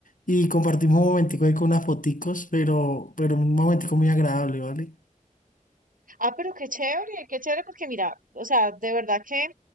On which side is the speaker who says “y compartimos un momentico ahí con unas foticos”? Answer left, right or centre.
Left